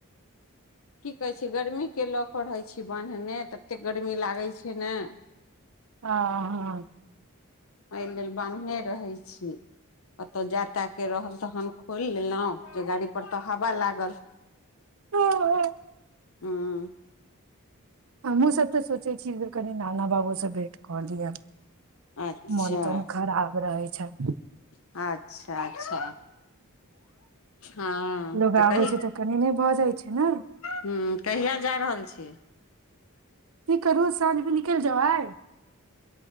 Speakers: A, on the left (about 65°); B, on the right (about 70°).
A: की कहैत छियैक गर्मी केँ लऽ क रहै छी बान्हने ततेक गरमी लागै छै ने
B: हॅं हॅं <inaudible>
A: एहि लेल बान्हने रहै छी कतहु जाय ताय केँ रहल तखन खोलि लेलहुँ जे गाड़ी पर तऽ हवा लागल
B: हँ हॅं <inaudible>
A: हँ
B: हमहुँ सब तऽ सोचय छी जे कनी नाना बाबू से भेंट कऽ दिय
A: अच्छा
B: मोन तोन खराब रहे छैन
A: अच्छा अच्छा हँ
B: लोग
A: तऽ
B: आबै
A: कहि
B: छै कनि नहि भऽ जाइ छै ने
A: तऽ कहिया जा रहल छियैक
B: ई करू साँझमे निकल जौ आइ